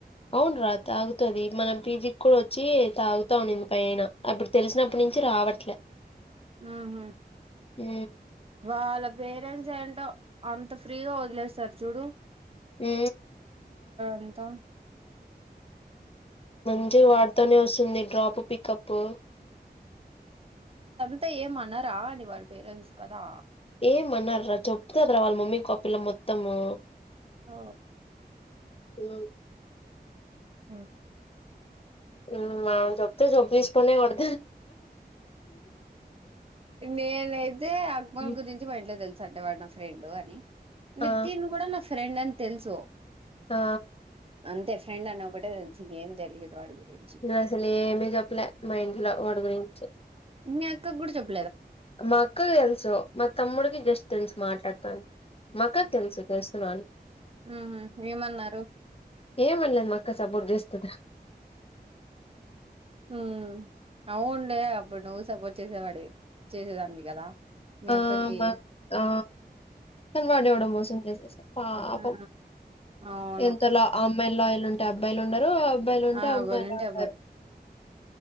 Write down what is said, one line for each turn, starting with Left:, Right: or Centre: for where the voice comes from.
Left: అవును రా తాగుతది మనం పీజి కూడా వచ్చి తాగుతా అనింది పైన అప్పుడు తెలిసినప్పటి నుంచి రావట్లే
Right: ఆ హా
Left: ఉ
Right: వాళ్ళ పేరెంట్స్ ఏంటో అంత ఫ్రీగా వదిలేస్తారు చూడు
Left: ఉ
Right: అంతో
Left: మంచి వాటితోటే వస్తుంది డ్రాప్ పికపు
Right: అంత ఏమన్నారా అనీ వాళ్ళ పేరెంట్స్ కదా
Left: ఏమన్నార చెప్తార చెపుతారా వాళ్ళ మమ్మీ కీ మొత్తము
Right: ఓ
Left: హు
Right: ఉ
Left: హు ఆమె చెప్తే చొప్పు తీసుకొనే కొడు
Right: నేనైతే అక్మల్
Left: ఉమ్.
Right: గురించి మా ఇంట్లో తెలుసు అంట వాడు నా ఫ్రెండ్ అని
Left: ఆ
Right: నితిన్ కూడా నా ఫ్రెండ్ అని తెలుసు
Left: ఆ
Right: అంతే ఫ్రెండ్ అని ఒకటే తెలుసు ఇంగా ఏం తెలియదు వాడి గురించి
Left: నేను అసలు ఏమి చెప్పలే మా ఇంట్లో వాడి గురించి
Right: మీ అక్కకు కూడా చెప్
Left: మా అక్కకి తెలుసు మా తమ్ముడికి జస్ట్ తెలుసు మాట్లాడతా అని మా అక్కకి తెలుసు చేస్తున్న అని
Right: ఉహు ఏమన్నారు
Left: ఏం అండ్లే మా అక్క సపోర్ట్ చేస్తదిరా
Right: ఉమ్ అవున్లే అప్పుడు నువ్వు సపోర్ట్ చేసేవాడివి చేసేదాన్నివి కదా మీ
Left: ఆ
Right: అక్కకి
Left: మా ఆ కాని వాడేవడో మోసం చేసేసిండు పాపం
Right: ఆ అవును
Left: ఎంతల అమ్మాయిలు లాయల్ ఉంటే అబ్బాయిలు ఉండరు అబ్బాయిలు ఉంటే
Right: ఆ
Left: అమ్మాయిలు
Right: రెండు
Left: ఉండరు